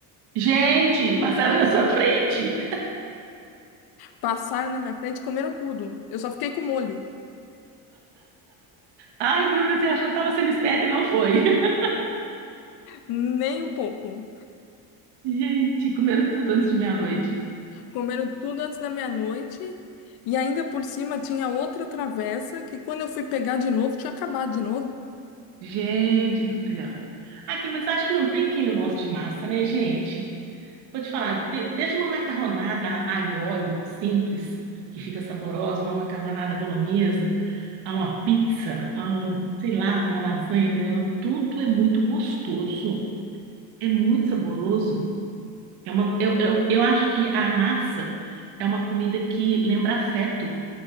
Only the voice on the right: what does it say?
Gente, passaram na sua frente.
Ai, Bruno, você achou que estava sendo esperto e não foi. <laughs>
Gente, comeram tudo antes de meia-noite.
Gente do céu. Aqui, mas acho que não tem quem não goste de massa, né, gente? Vou te falar, de- desde uma macarronada alho e óleo simples, que fica saborosa, uma macarronada bolonhesa, a uma pizza, a um, sei lá, uma lasanha, canelão, tudo é muito gostoso, é muito saboroso. É uma, eu, eu, eu acho que a massa é uma comida que lembra afeto,